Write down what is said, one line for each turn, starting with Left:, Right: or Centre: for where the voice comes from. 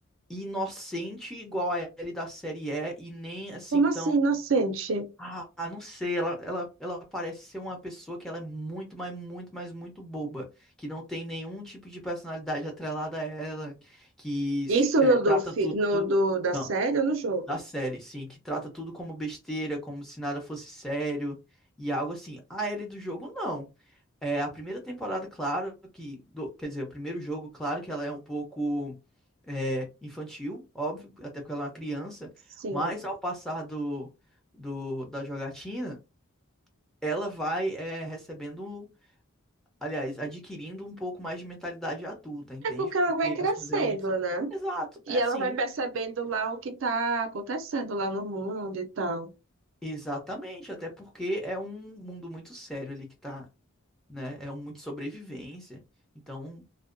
Centre: inocente igual a Ellie da série é, e nem assim
Right: Como assim,
Centre: tão.
Right: inocente?
Centre: Ah, ah, não sei, ela, ela, ela parece ser uma pessoa que ela é muito, mas muito, mas muito boba, que não tem nenhum tipo de personalidade atrelada a ela, que
Right: Isso
Centre: é,
Right: no
Centre: trata
Right: do, fi-
Centre: tudo,
Right: no do da
Centre: não,
Right: série ou no jogo?
Centre: da série, sim, que trata tudo como besteira, como se nada fosse sério, e algo assim. A Ellie do jogo, não. É, a primeira temporada, claro que. do- quer dizer, o primeiro jogo, claro que ela é um pouco é, infantil, óbvio, até porque ela é uma criança,
Right: Sim.
Centre: mas ao passar do, do- da jogatina, ela vai é, recebendo, aliás, adquirindo um pouco mais de mentalidade adulta, entende?
Right: É porque ela
Centre: Porque
Right: vai crescendo,
Centre: as coisas realmente são.
Right: né?
Centre: Exato,
Right: E
Centre: é assim.
Right: ela vai percebendo lá o que tá acontecendo lá no mundo e tal.
Centre: Exatamente, até porque é um mundo muito sério ali que tá, né? É um muito sobrevivência. Então.